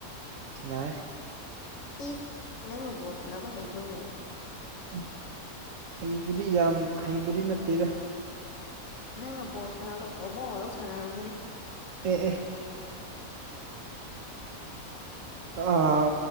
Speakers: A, on the right; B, on the left.
A: ꯁꯤ ꯅꯥꯏ
B: ꯏꯁ ꯅꯪ ꯕꯣꯁꯅꯕꯅꯕ ꯍꯥꯏꯕ꯭ꯔꯅꯦ
A: ꯎꯝ ꯍꯩꯕꯨꯗꯤ ꯌꯥꯝ ꯍꯩꯕꯨꯗꯤ ꯅꯠꯇꯦꯗ
B: ꯅꯪꯅ ꯕꯣꯜ ꯁꯥꯟꯗꯣ ꯍꯣꯃꯜ ꯂꯧ ꯁꯥꯟꯅꯔꯝꯒꯅꯤ
A: ꯑꯦ ꯑꯦ ꯑꯥ